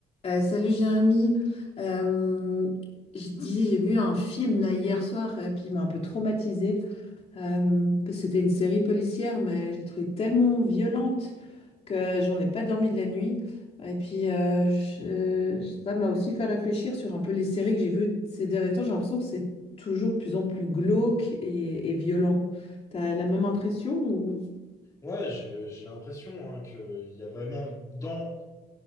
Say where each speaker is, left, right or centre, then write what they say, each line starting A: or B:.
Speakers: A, on the left (about 40°); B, on the left (about 20°).
A: Euh, salut Jérémy, Euh, je dis j'ai vu un film là hier soir et puis il m'a un peu traumatisée Euh, parce que c'était une série policière mais j'ai trouvé tellement violente que j'en ai pas dormi de la nuit et puis euh, je- ça m'a aussi fait réfléchir sur un peu les séries que j'ai vues ces derniers temps j'ai l'impression que c'est toujours de plus en plus glauque et, et violent. T'as la même impression ou...
B: Ouais, j'ai j'ai l'impression hein, qu'il y a vraiment dans